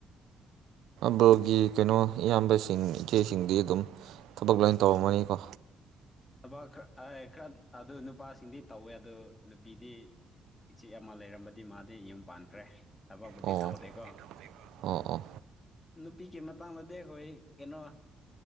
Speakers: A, on the right; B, on the left.
A: ꯕ꯭ꯔꯣꯒꯤ ꯀꯩꯅꯣ ꯏꯌꯥꯝꯕꯁꯤꯡ ꯏꯆꯦꯁꯤꯡꯗꯤ ꯑꯗꯨꯝ ꯊꯕꯛ ꯂꯣꯏ ꯇꯧꯔꯝꯃꯅꯤꯀꯣ
B: ꯊꯕꯥꯛ ꯈꯔ ꯑꯦ ꯈꯔꯗꯤ ꯑꯗꯨ ꯅꯨꯄꯥꯁꯤꯡꯗꯤ ꯇꯧꯋꯦ ꯑꯗꯨ ꯅꯨꯄꯤꯗꯤ ꯏꯆꯦ ꯑꯃ ꯂꯩꯔꯝꯕꯗꯤ ꯃꯥꯗꯤ ꯌꯨꯝ ꯄꯥꯟꯈ꯭ꯔꯦ ꯊꯕꯛꯄꯕꯨꯗꯤ
A: ꯑꯣ
B: ꯇꯧꯗꯦꯀꯣ
A: ꯑꯣ ꯑꯣ
B: ꯅꯨꯄꯤꯒꯤ ꯃꯇꯥꯡꯗꯗꯤ ꯑꯩꯈꯣꯏ ꯀꯩꯅꯣ